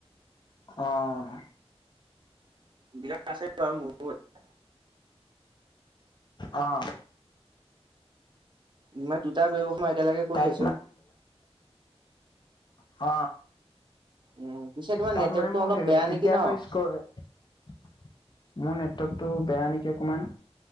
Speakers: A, on the left; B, on the right.
A: অ'।
B: <unintelligible>
A: অ'।
B: ইয়াত দুটা ব্যৱসায় একেলগে কৰি
A: তাত
B: আছো।
A: হ।
B: উম, পিছে তোমাৰ
A: তাত
B: নেটৱৰ্কটো
A: মানে মোৰ
B: অলপ
A: হে
B: বেয়া
A: তেতিয়াাকৈ
B: নেকি ন?
A: স্কৰ মোৰ নেটৱৰ্কতটো বেয়া নেকি অকমান।